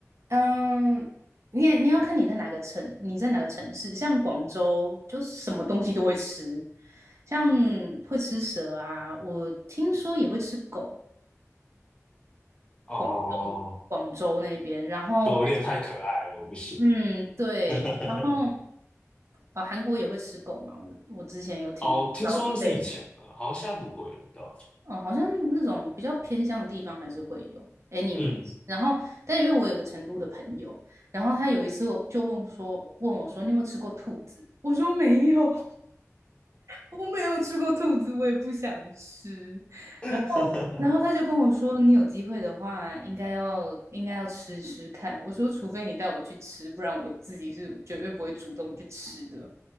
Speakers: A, on the right (about 60°); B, on the left (about 20°).
A: 嗯，你也你要看你在哪个城，你在哪个城市，像广州就什么东西都会吃，像会吃蛇啊，我听说也会吃狗。
B: 哦，
A: 广东广州那边，然后
B: 都有点太可爱了，我不行。
A: 嗯对，
B: <laughs>
A: 然后呃韩国也会吃狗嘛，我我之前有听老一辈的，
B: 哦，听说那是以前的，好像现在不会了，对吧？
A: 嗯，好像那种比较偏乡的地方还是会有。anyways，
B: 嗯，
A: 然后但因为我有个成都的朋友，然后他有一次我就问说问我说你有没有吃过兔子？我说没有，我没有吃过兔子，我也不想吃。
B: <laughs>
A: 然后，然后他就跟我说，你有机会的话，应该要应该要吃吃看。我说，除非你带我去吃，不然我自己是绝对不会主动去吃的，